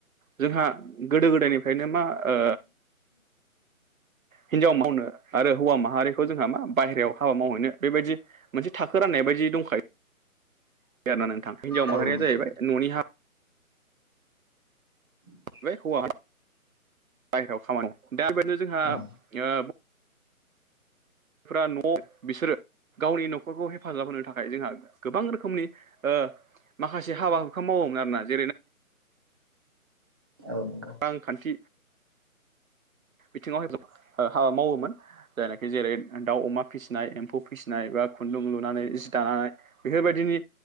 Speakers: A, on the right (about 70°); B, on the right (about 15°).
A: जोंहा गोदो-गोदायनिफ्रायनो मा ओ हिनजाव मावनो आरो हौवा माहारिखौ जोंहा मा बाहेरायाव हाबा मावहैनो बेबायदि मोनसे थाखो राननाय बायदि दंखायो आरोना नोंथां हिनजाव
B: औ
A: माहारिया
B: नंगौ
A: जाहैबाय न'नि हा
B: <inaudible>
A: बे हौवा बाहेरायाव खामानि दा बेबायदिनो जोंहा
B: औ
A: ओ फ्रा न' बिसोरो गावनि न'खरखौ हेफाजाब होनो थाखाय जोंहा गोबां रोखोमनि ओ माखासे हाबा हुखा मावोमोन खरोना जेरै
B: औ नंगौ
A: रांखान्थि बिथिङाव हाबा मावोमोन जायनाखि जेरै दाउ अमा फिसिनाय एम्फौ फिसिनाय बा खुन्दुं लुनानै जि दानाय बेफोरबायदिनि